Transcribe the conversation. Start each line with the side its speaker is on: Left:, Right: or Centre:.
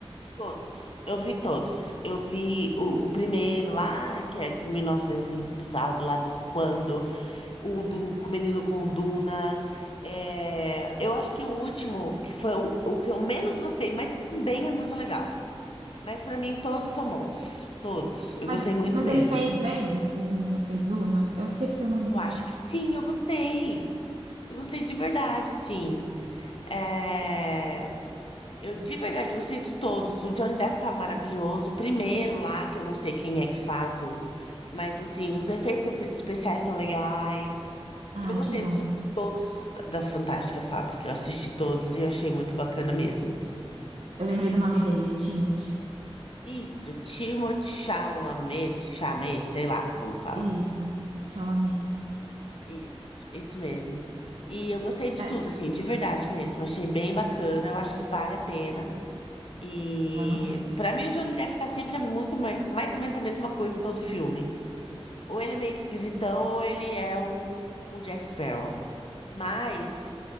Left: Todos. Eu vi todos. Eu vi o, o primeiro lá, que é de 1900 e novecentos, e sabe lá dos quando. o do com o menino com Duna. É, eu acho que o último, que foi o, o que eu menos gostei, mas também é muito legal. Mas pra mim todos são bons, todos. Eu
Right: Mas,
Left: gostei muito
Right: mas
Left: mesmo.
Right: ele fez bem, o menino que fez Duna? Eu esqueci o nome
Left: Eu
Right: dele.
Left: acho que sim, eu gostei. Eu gostei de verdade, sim. É, Eu, de verdade, gostei de todos. O Johnny Depp tá maravilhoso. O primeiro lá, que eu não sei quem é que faz o. Mas, assim, os efeitos especiais são legais.
Right: Ai,
Left: Eu gostei
Right: que bom.
Left: dos- de todos os da Fantástica Fábrica. Eu assisti todos e eu achei muito bacana mesmo.
Right: Eu lembrei do nome dele, é Timothy.
Left: Isso, Timothée Chalamet, Chalamet, sei lá como fala.
Right: Isso, Chalamet.
Left: Isso, isso mesmo. E eu gostei de
Right: É,
Left: tudo, assim, de verdade mesmo. Achei bem bacana. Eu acho que vale a pena. E
Right: vou anotar.
Left: pra mim o Johnny Depp tá sempre muito mai- mais ou menos a mesma coisa em todo filme. Ou ele é meio esquisitão, ou ele é o, o Jack Sparrow. Mas,